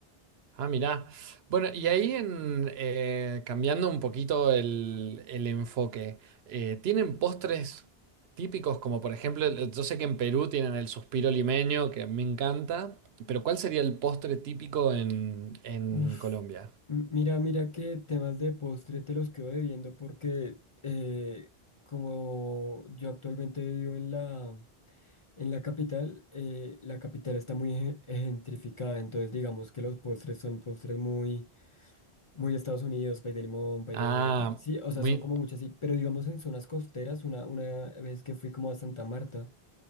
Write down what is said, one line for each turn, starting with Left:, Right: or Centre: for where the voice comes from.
Right: Ah, mirá. Bueno, y ahí en, eh, cambiando un poquito el, el enfoque, eh, ¿tienen postres típicos como por ejemplo, el- yo sé que en Perú tienen el suspiro limeño, que me encanta, pero ¿cuál sería el postre típico en, en
Left: Uf,
Right: Colombia?
Left: m- mira, mira que temas de postre te los quedo debiendo porque eh, como yo actualmente vivo en la, en la capital, eh, la capital está muy gen- gentrificada, entonces digamos que los postres son postres muy, muy Estados Unidos, pay de limón, pay
Right: Ah,
Left: de... Sí, o sea,
Right: muy...
Left: son como muchas, sí, pero digamos en zonas costeras, una, una vez que fui como a Santa Marta,